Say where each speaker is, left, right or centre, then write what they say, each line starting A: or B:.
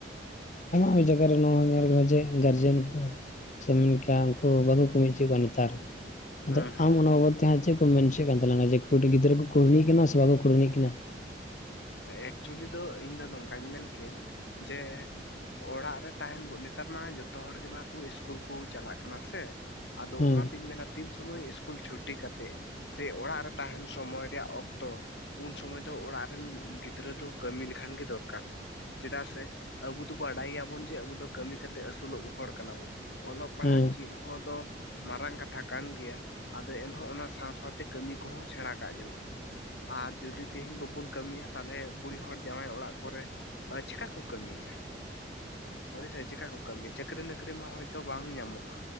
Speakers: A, on the left; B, on the left.
A: ᱟᱭᱢᱟ ᱟᱭᱢᱟ ᱡᱟᱭᱜᱟ ᱨᱮ ᱱᱚᱣᱟ ᱢᱟ ᱧᱮᱞ ᱟᱠᱟᱱᱟ ᱡᱮ ᱜᱟᱨᱡᱮᱱ ᱠᱚ ᱥᱮᱢ ᱢᱮᱱ ᱠᱮᱭᱟ ᱩᱱᱠᱩ ᱵᱟᱠᱩ ᱠᱟᱹᱢᱤ ᱩᱪᱩᱭᱮᱫ ᱠᱚᱣᱟ ᱱᱮᱛᱟᱨ᱾ ᱟᱫᱚ
B: ᱦᱩᱸ ᱦᱩᱸ
A: ᱟᱢ ᱚᱱᱟ ᱵᱟᱵᱚᱫ
B: ᱦᱩᱸ
A: ᱛᱮ ᱦᱟᱸᱜ ᱪᱮᱫ ᱠᱚᱢ ᱢᱮᱱ ᱦᱚᱪᱚᱭᱮᱫ ᱠᱟᱱ ᱛᱟᱞᱟᱝᱟ? ᱡᱮ ᱠᱩᱲᱤ ᱜᱤᱫᱽᱨᱟᱹ ᱠᱚ ᱠᱩᱲᱱᱤᱜ ᱠᱟᱱᱟ ᱥᱮ ᱵᱟᱠᱚ ᱠᱩᱲᱱᱤᱜ ᱠᱟᱱᱟ?
B: ᱮᱠᱪᱩᱭᱮᱞᱤ ᱫᱚ ᱤᱧ ᱫᱚ ᱱᱚᱝᱠᱟᱧ ᱢᱮᱱ ᱠᱮᱭᱟᱹᱧ ᱡᱮ ᱚᱲᱟᱜ ᱨᱮ ᱛᱟᱦᱮᱱ ᱱᱮᱛᱟᱨ ᱢᱟ ᱡᱚᱛᱚ ᱦᱚᱲ ᱜᱮᱢᱟᱠᱚ ᱤᱥᱠᱩᱞ ᱠᱩ ᱪᱟᱞᱟᱜ ᱠᱟᱱᱟ ᱥᱮ᱾ ᱟᱫᱚ
A: ᱦᱮᱸ
B: ᱚᱱᱟᱛᱤᱧ ᱢᱮᱱᱟ ᱛᱤᱱ ᱥᱩᱢᱳᱭ ᱤᱥᱠᱩᱞ ᱪᱷᱩᱴᱤ ᱠᱟᱛᱮᱫ ᱥᱮ ᱚᱲᱟᱜ ᱨᱮ ᱛᱟᱦᱮᱱ ᱥᱚᱢᱚᱭ ᱨᱮᱭᱟᱜ ᱚᱠᱛᱚ ᱩᱱ ᱥᱚᱢᱚᱭ ᱫᱚ ᱚᱲᱟᱜ ᱨᱮᱱ ᱜᱤᱫᱽᱨᱟᱹ ᱫᱚ ᱠᱟᱹᱢᱤ ᱞᱮᱠᱷᱟᱱ ᱜᱮ ᱫᱚᱨᱠᱟᱨ। ᱪᱮᱫᱟᱜ ᱥᱮ ᱟᱵᱩ ᱫᱚ ᱵᱟᱰᱟᱭ ᱜᱮᱭᱟᱵᱚᱱ ᱡᱮ ᱟᱵᱚ ᱫᱚ ᱠᱟᱹᱢᱤ ᱠᱟᱛᱮᱫ ᱟᱹᱥᱩᱞᱚᱜ ᱦᱚᱲ ᱠᱟᱱᱟᱵᱚᱱ। ᱚᱞᱚᱜ ᱯᱟᱲᱦᱟᱜ
A: ᱦᱮᱸ
B: ᱪᱮᱫ ᱦᱚᱸ ᱫᱚ ᱢᱟᱨᱟᱝ ᱠᱟᱛᱷᱟ ᱠᱟᱱ ᱜᱮᱭᱟᱼᱼ ᱟᱫᱚ ᱮᱱᱦᱚᱸ ᱚᱱᱟ ᱥᱟᱶ ᱥᱟᱶᱛᱮ ᱠᱟᱹᱢᱤ ᱠᱚᱦᱚᱸ ᱥᱮᱸᱲᱟ ᱠᱟᱜ ᱡᱟᱹᱨᱩᱲᱟ ᱟᱨ ᱡᱩᱫᱤ ᱛᱤᱦᱤᱧ ᱵᱟᱵᱩᱱ ᱠᱟᱹᱢᱤᱭᱟ ᱛᱟᱞᱦᱮ ᱠᱩᱲᱤ ᱦᱚᱲ ᱡᱟᱶᱟᱭ ᱚᱲᱟᱜ ᱠᱚᱨᱮ ᱪᱤᱠᱟ ᱠᱚ ᱠᱟᱹᱢᱤᱭᱟ ᱦᱳᱭ ᱥᱮ ᱪᱤᱠᱟ ᱠᱚ ᱠᱟᱹᱢᱤ ᱪᱟᱹᱠᱨᱤ ᱱᱚᱠᱨᱤ ᱢᱟ ᱦᱳᱭᱛᱚ ᱵᱟᱝ ᱧᱟᱢᱚᱜᱼᱟ